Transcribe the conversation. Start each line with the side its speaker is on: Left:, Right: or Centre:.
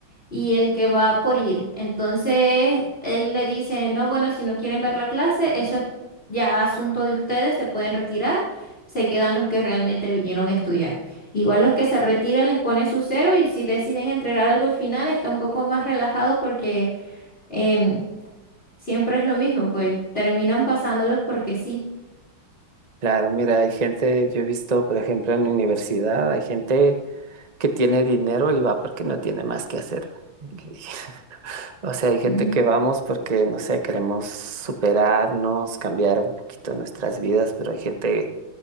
Left: y el que va por ir. Entonces, él le dice, no, bueno, si no quieren ver la clase, eso es ya asunto de ustedes, se pueden retirar, se quedan los que realmente vinieron a estudiar. Igual los que se retiran les pone su cero y si deciden entregar algo al final está un poco más relajado porque em, siempre es lo mismo, pues terminan pasándolos porque sí.
Right: Claro, mira, hay gente, yo he visto, por ejemplo, en la universidad, hay gente que tiene dinero y va porque no tiene más que hacer. Y- <laughs> O sea, hay gente
Left: Ujú.
Right: que vamos porque, no sé, queremos superarnos, cambiar un poquito nuestras vidas, pero hay gente